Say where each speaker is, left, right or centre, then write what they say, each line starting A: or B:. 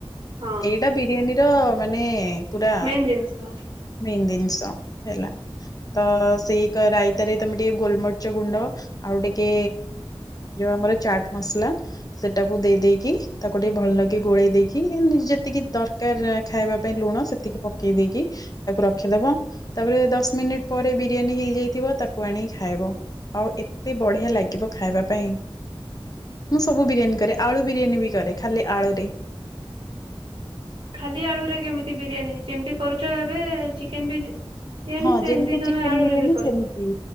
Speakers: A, on the right (about 70°); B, on the left (about 40°).
A: ହଁ
B: ଏଇଟା ବିରିୟାନୀର ମାନେ ପୁରା
A: ମେନ୍ ଜିନିଷ
B: ମେନ୍ ଜିନିଷ ହେଲା ତ ସେଇ ଏକ ରାଇତାରେ ତମେ ଟିକେ ଗୋଲମରିଚ ଗୁଣ୍ଡ ଆଉ ଟିକେ ଯୋଉ ଆମର ଚାଟ ମସଲା ସେଟାକୁ ଦେଇ ଦେଇେଇକି ତାକୁ ଟିକେ ଭଲ ଲାଗି ଗୋଳେଇ ଦେଇକି ଯେତିକି ଦରକାର ଖାଇବା ପାଇଁ ଲୁଣ ସେତିକି ପକେଇ ଦେଇକି ତାକୁ ରଖିଦବ ତାପରେ ଦଶ ମିନିଟ ପରେ ବିରିୟାନୀ ହେଇଯାଇଥିବ ତାକୁ ଆଣିକି ଖାଇବ ଆଉ ଏତେ ବଢିଆ ଲାଗିବ ଖାଇବା ପାଇଁ ମୁଁ ସବୁ ବିରିୟାନୀ କରେ ଆଳୁ ବିରିୟାନୀ ବି କରେ ଖାଲି ଆଳୁରେ
A: ଖାଲି ଆଳୁରେ କେମିତି ବିରିୟାନୀ ଯେମିତି କରୁଛ ଏବେ ଚିକେନ ବି ବିରିୟାନୀ
B: ହଁ
A: ସେମିତି
B: ଯେମିତି
A: ତମେ
B: ଚିକେନ
A: ଆଳୁରେ
B: ବିରିୟାନୀ
A: କରିବ
B: ସେମିତି